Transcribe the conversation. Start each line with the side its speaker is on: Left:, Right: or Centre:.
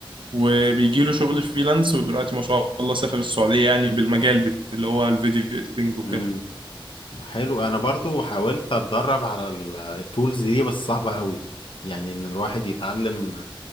Right: وبيجي له شغل فريلانس ودلوقتي ما شاء الله سافر السعوديه يعني بالمجال بت... اللي هو الفيديو اديتنج وكده
Left: مم. حلو انا برضو حاولت اتدرب على ال- التولز دي بس صعبة قوي يعني ان الواحد يتعلم